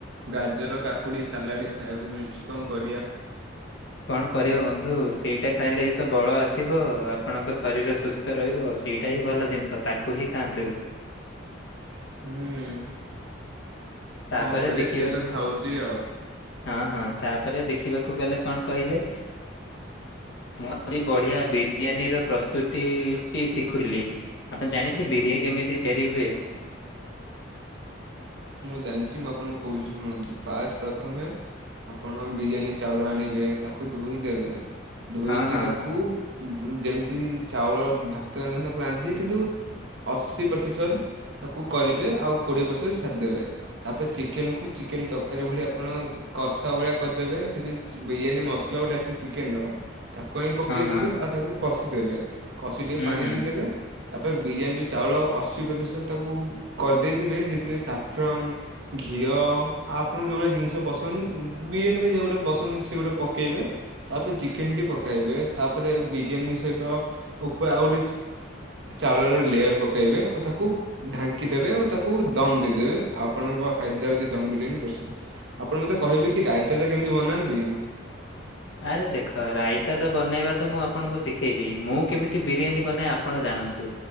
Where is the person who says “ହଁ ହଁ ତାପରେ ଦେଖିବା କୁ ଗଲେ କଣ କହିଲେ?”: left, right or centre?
Left